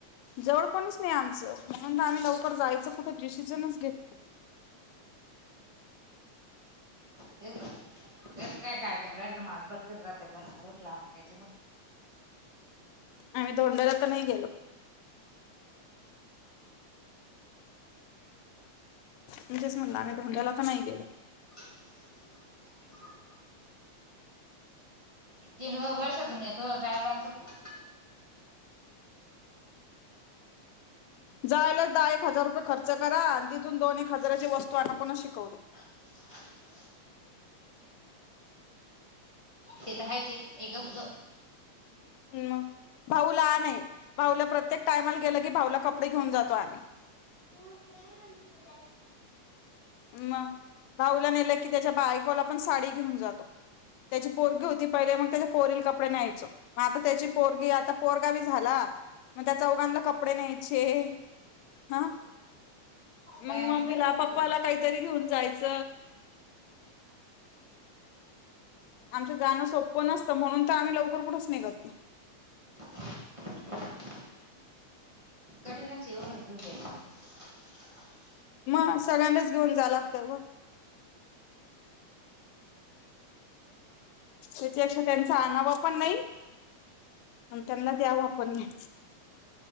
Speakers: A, on the left; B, on the right.
A: जवळ कोणीच नाही आमचं म्हणून आम्ही लवकर जायचं कुठं डिसिजनच घेत
B: ह तेस जस काय कार्यक्रम राहि माल पटकत जाते पण आवडला म्हणस
A: आम्ही तोंडाऱ तर नाही गेलो तुस म्हणल आम्ही धोंड्याला तर नाही गे
B: <unintelligible> तेन वर्षतुूनथो चाल लागत होत
A: जायला दहा एक हजार रुपये खर्च करा आणि तिथून दोन एक हजाराची वस्तू आण पणच शिकवलं
B: <unintelligible> ते तरहाायचे एकप् ग
A: हम्म भाऊला नाही भाऊला प्रत्येक टायमाला गेलं की भाऊला कपडे घेऊन जातो आम्ही
B: हो <unintelligible>
A: म भाऊला नेलं की त्याच्या बायकोला पण साडी घेऊन जातो. त्याची पोरगी होती पहिले म त्याच्या पोरील कपडे न्यायचं मग आता त्याची पोरगी आता पोरगा बी झाला. मग त्या चौघांना कपडे न्यायचे हा मग
B: बाया
A: मम्मीला
B: कठीणच
A: पप्पाला
B: आहे
A: काही तरी घेऊन जायच. आमचं जाणं सोपं नसतं म्हणून त आम्ही लवकर कुठच निघत नाही.
B: <unintelligible> कठीणच आहे हॊ घेऊन जायचं म्हटलं की
A: मग सगळ्यांनाच घेऊन जाव लागतं ब. त्याच्यापेक्षा त्यांचा आनावं पण नाही. आणि त्यांना द्यावं पण नाही.